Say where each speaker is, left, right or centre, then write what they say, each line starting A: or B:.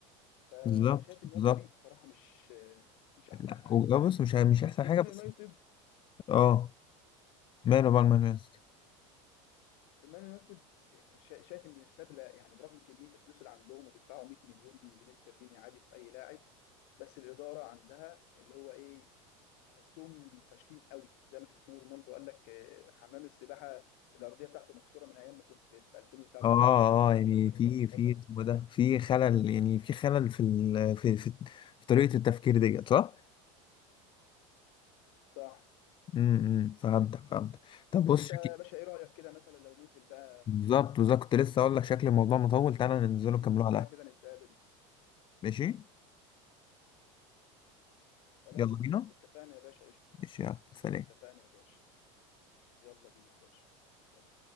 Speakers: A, on the left (about 60°); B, on the left (about 30°).
A: فشايف
B: بالظبط
A: ان
B: بالظبط
A: هو فريق بصراحه مش آه، مش احسن
B: لا
A: حاجه
B: و- آه بص مش مش احسن
A: المان
B: حاجه بس
A: يونايتد
B: اه ماله بقى المان يونايتد
A: المان يونايتد شا- شايف ان سابله يعني برغم كميه الفلوس اللي عندهم وبيدفعوا 100 مليون جنيه استرليني عادي في اي لاعب بس الاداره عندها اللي هو ايه تحسهم فاشلين قوي زي ما كريستيانو رونالدو قال لك آه، حمام السباحه الارضيه بتاعته مكسوره من ايام ما كنت في 2007
B: اه اه
A: فاهم
B: اه، يعني
A: و2013
B: في في
A: وبتاع
B: اسمه ده في خلل يعني في خلل في ال...
A: مم.
B: في في, في طريقه التفكير ديت صح
A: صح
B: امم امم. فهمتك فهمتك طب بص
A: فانت
B: شكلي
A: يا باشا ايه رايك كده مثلا لو ننزل بقى
B: بالظبط بالظبط كنت لسه اقول لك شكل الموضوع مطول تعالى ننزله نكمله
A: ننزل
B: على
A: بقى
B: القهوة
A: كده نتقابل
B: ماشي
A: خلاص
B: يلا بينا
A: اتفقنا يا باشا قشطه
B: ماشي يلا سلام
A: اتفقنا يا باشا يلا بينا يا باشا سلام.